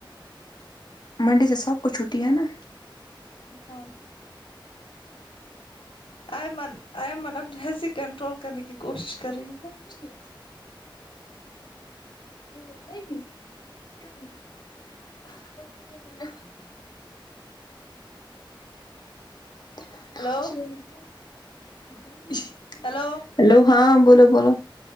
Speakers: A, on the left; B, on the left.
A: منڈے سے سب کو چھٹی ہے نا
B: ہاں ایئمن ایئمن اپنی ہنسی کنٹرول کرنے کی کوشش کر رہی ہے
A: جی یہ لکھائے گی کیوں نہیں آپ <unintelligible> <unintelligible>
B: ہیلو ہیلو
A: ہیلو ہاں بولو بولو